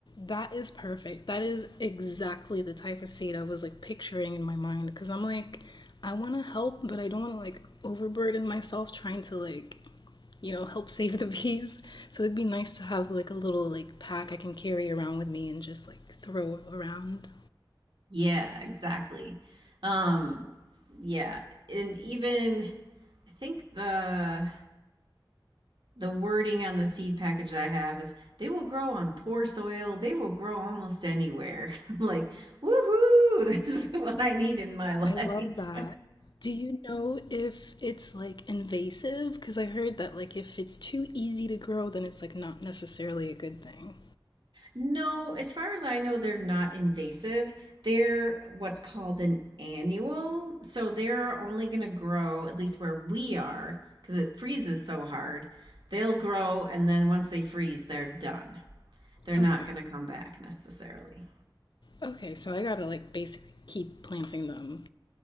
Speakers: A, on the left; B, on the right.
A: That is perfect. That is exactly the type of seed I was like picturing in my mind because I'm like, I want to help, but I don't want to like overburden myself trying to like, you know, help save the bees. So it'd be nice to have like a little like pack I can carry around with me and just like throw around.
B: Yeah, exactly. Um, yeah, and even I think the the wording on the seed package that I have is they will grow on poor soil. They will grow almost anywhere. <laughs> I'm like, woohoo, <laughs> this is what I need in my <laughs> life.
A: I love that. Do you know if it's like invasive? Because I heard that like if it's too easy to grow, then it's like not necessarily a good thing.
B: No, as far as I know, they're not invasive. They're what's called an annual. So they're only going to grow, at least where we are, because it freezes so hard. They'll grow, and then once they freeze, they're done. They're not
A: Okay.
B: going to come back necessarily.
A: Okay, so I gotta like basically keep planting them.